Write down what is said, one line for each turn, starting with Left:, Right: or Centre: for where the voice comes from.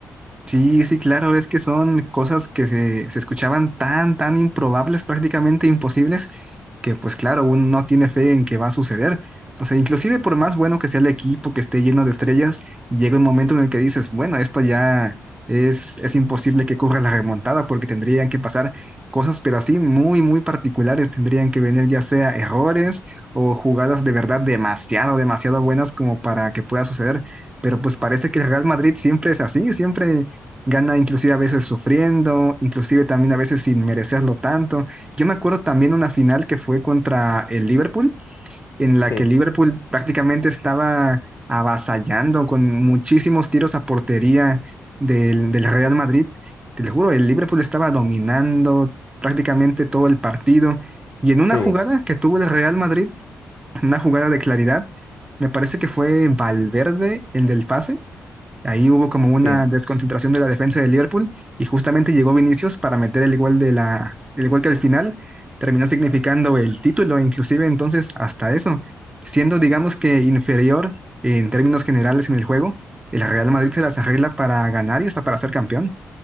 Right: Sí, sí, claro, es que son cosas que se, se escuchaban tan, tan improbables, prácticamente imposibles, que pues claro, uno no tiene fe en que va a suceder. O sea, inclusive por más bueno que sea el equipo, que esté lleno de estrellas, llega un momento en el que dices, bueno, esto ya es, es imposible que corra la remontada porque tendrían que pasar cosas, pero así muy, muy particulares, tendrían que venir ya sea errores o jugadas de verdad demasiado, demasiado buenas como para que pueda suceder. Pero pues parece que el Real Madrid siempre es así, siempre Gana inclusive a veces sufriendo, inclusive también a veces sin merecerlo tanto. Yo me acuerdo también una final que fue contra el Liverpool, en la
Left: Sí,
Right: que el Liverpool prácticamente estaba avasallando con muchísimos tiros a portería del, del Real Madrid. Te lo juro, el Liverpool estaba dominando prácticamente todo el partido. Y en una
Left: sí,
Right: jugada que tuvo el Real Madrid, una jugada de claridad, me parece que fue Valverde, el del pase Ahí hubo como una
Left: sí.
Right: desconcentración de la defensa de Liverpool y justamente llegó Vinicius para meter el gol de la, el gol que al final terminó significando el título, inclusive entonces hasta eso, siendo digamos que inferior en términos generales en el juego, el Real Madrid se las arregla para ganar y hasta para ser campeón.